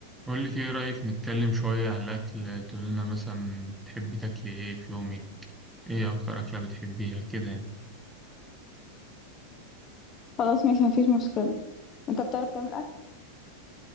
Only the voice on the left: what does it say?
خلاص ماشي مفيش مشكلة انت بتعرف تعمل اكل